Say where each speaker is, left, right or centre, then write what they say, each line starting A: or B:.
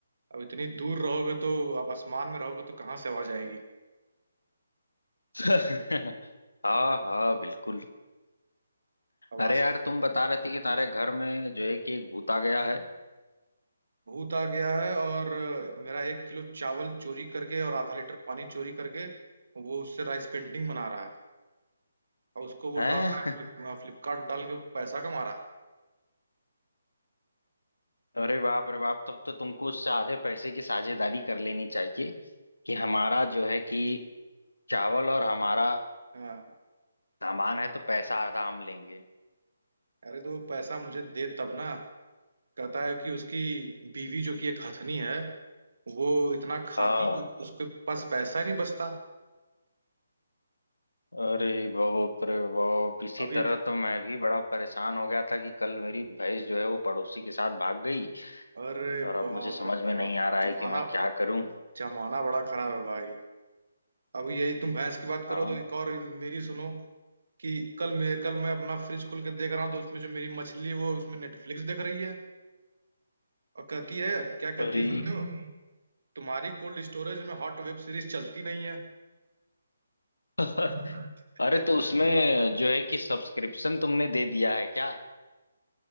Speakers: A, on the right; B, on the left.
A: अब इतनी दूर रहोगे तो आप आसमान में रहोगे तो कहाँ से आवाज आएगी
B: <laughs> हाँ हाँ बिल्कुल
A: अब
B: अरे
A: आसमान
B: यार तुम बता रहे थे कि तुम्हारे घर में जो है कि एक भूत आ गया है
A: भूत आ गया है और अ, मेरा एक किलो चावल चोरी करके और आधा लीटर पानी चोरी करके वो उससे राइस पेंटिंग बना रहा है और उसको वो
B: हैं
A: डाल रहा है
B: <laughs>
A: फ्लिप, फ्लिपकार्ट डाल के पैसा कमा रहा
B: अरे बाप रे बाप तब तो तुमको उससे आधे पैसे की साझेदारी कर लेनी चाहिए कि हमारा जो है कि चावल और हमारा
A: है हाँ,
B: सामान है तो पैसा आधा हम लेंगे
A: अरे तो वो पैसा मुझे दे तब ना कहता है कि उसकी बीवी जो कि एक हथनी है वो इतना खाती
B: हाँ
A: कि उसके पास पैसा ही नहीं बचता
B: अरे बाप रे बाप इसी
A: अभी
B: तरह तो मैं भी बड़ा परेशान हो गया था कि कल मेरी भैंस जो है वो पड़ोसी के साथ भाग गई
A: अरे
B: और अब
A: बाप
B: मुझे समझ
A: रे
B: में
A: बाप
B: नहीं आ रहा है
A: जमाना
B: कि मैं क्या करूं
A: जमाना बड़ा खराब है भाई अब यही तुम भैंस की बात करो
B: हाँ
A: तो एक और मेरी सुनो कि कल मैं कल मैं अपना फ्रिज खोल के देख रहा हूँ तो उसमें जो मेरी मछली है, वो उसमें नेटफ्लिक्स देख रही है और कहती है क्या कहती
B: अरे
A: है जानते हो तुम्हारी कोल्ड स्टोरेज में हॉट वेब सीरीज चलती नहीं है
B: <laughs>
A: <laughs>
B: अरे तो उसमें जो है कि सब्सक्रिप्शन तुमने दे दिया है क्या